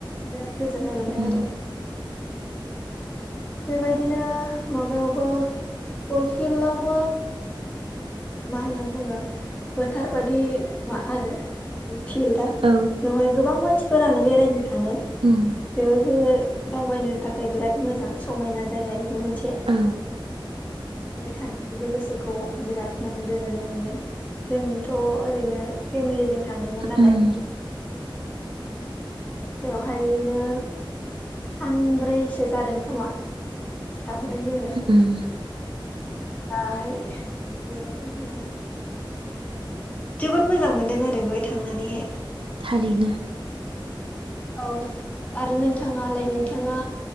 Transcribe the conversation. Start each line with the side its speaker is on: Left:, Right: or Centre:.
Left: बिराद गोजोननाय मोनदों
Right: उम
Left: आरो। बेबायदिनो माबायावबो गल्फ फिल्डआवबो मा होननानै बुङो फोथार बायदि मा आरो बे फिल्डा
Right: औ
Left: बेवहाय गोबां मानसिफोरानो बेरायनो थांबाय
Right: उम
Left: बेबो दावबायनो थाखाय बिराद मोजां समायना जायगायबो मोनसे
Right: औ
Left: ओफ्राय थांनानैबो गोसोखौ बिराद माने गोजोननाय मोनदों जोंथ' ओरैनो फेमिलिजों थांदोंमोन नालाय
Right: उम
Left: बेवहायनो सानब्रैसो जादों खोमा सानब्रैसो थाबोदों जोंयो
Right: उम
Left: ओमफ्राय बेबायदिनो जोबोद मोजां मोनदों आरो बेवहाय थांनानैहाय
Right: थारैनो
Left: औ आरो नोंथाङालाय नोंथाङा